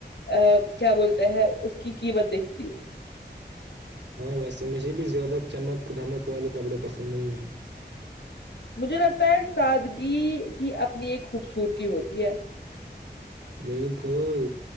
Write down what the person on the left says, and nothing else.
کیا بولتا ہے اس کی قیمت دیکھتی ہو
مجھے لگتا ہے سادگی کی اپنی ایک خوبصورتی ہوتی ہے